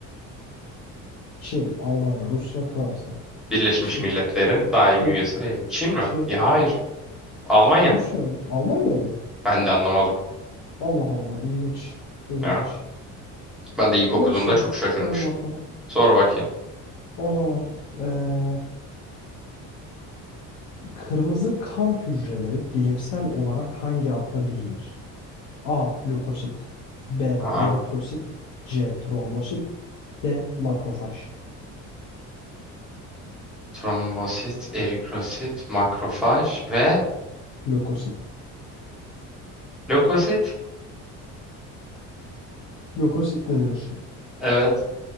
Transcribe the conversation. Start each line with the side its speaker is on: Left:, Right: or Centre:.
Left: Çin, Almanya, Rusya, Fransa.
Centre: Birleşmiş
Left: Çin,
Centre: Milletler'in daimi
Left: Çin,
Centre: üyesi değil. Çin mi?
Left: Çin.
Centre: Ya hayır. Almanya.
Left: Rusya mı? Almanya mı?
Centre: Ben de anlamadım.
Left: Allah Allah ilginç. İlginç.
Centre: Ya. Ben de ilk okuduğumda
Left: Neyse,
Centre: çok şaşırmıştım.
Left: hadi bakalım.
Centre: Sor bakayım.
Left: O zaman eee, kırmızı kan hücreleri bilimsel olarak hangi adla bilinir? A. Lökosit B.
Centre: Aa,
Left: Eritrosit C. Trombosit D. Makrofaj
Centre: trombosit, eritrosit, makrofaj ve
Left: Lökosit
Centre: lökosit.
Left: Lökosit ne diyorsun?
Centre: Evet.